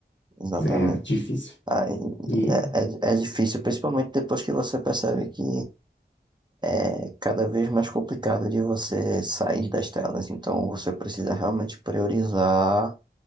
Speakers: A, on the right; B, on the left.
A: exatamente.
B: É difícil.
A: Aí,
B: E
A: é, é, é difícil, principalmente depois que você percebe que é cada vez mais complicado de você sair das telas. Então você precisa realmente priorizar